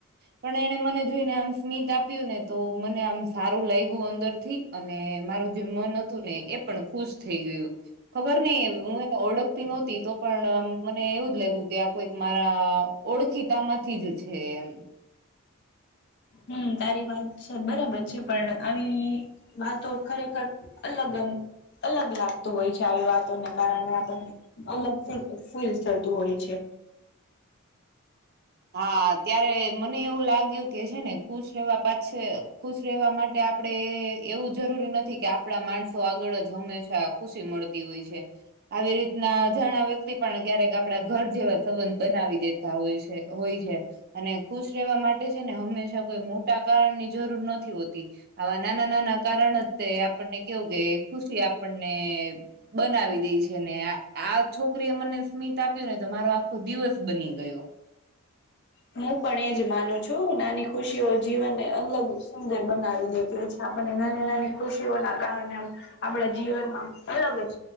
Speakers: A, on the right; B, on the left.
A: પણ એને મને જોઈને આમ સ્મિત આપ્યું ને તો મને આમ સારું લાયગુ અંદરથી અને મારું જે મન હતું ને એ પણ ખુશ થઈ ગયું. ખબર નઈ હું એને ઓળખતી નહોતી તો પણ આમ મને એવું જ લાયગુ કે આ કોઈક મારાં ઓળખીતા માંથી જ છે એમ.
B: હમ તારી વાત છે બરાબર છે પણ આવી વાતો ખરેખર અલગમ અલગ લાગતું હોય છે આવી વાતોને કારણે આપણને. અલગ ફૂલ અ ફીલ થતું હોય છે.
A: હા ત્યારે મને એવું લાગ્યું કે છે ને ખુશ રહેવા પાછે ખુશ રહેવા મા એ આપણેે એવું જરૂરી નથી કે આપણા માણસો આગળ જ હંમેશા ખુશી મળતી હોય છે આવી રીતના કરે અજાણા વ્યક્તિ પણ ક્યારેક આપડા ઘર જેવા સંબંધ બનાવી દેતા હોય છે. હોય છે અને ખુશ રહેવા માટે છે ને હંમેશા કોઈ મોટા કારણ ની જરૂર નથી હોતી આવા નાના નાના કારણ તે આપણને કેવું કે ખુશી આપણને બનાવી દે છે ને આ છોકરી એ મને સ્મિત આપ્યું ને તો મારો આખો દિવસ બની ગયો.
B: હું પણ એજ માનું છું. નાની ખુશીઓ જીવનને અલગ સુંદર બનાવી દેતો છે. અને નાની નાની ખુશીઓના કારણે આપણા જીવનમાં અલગ જ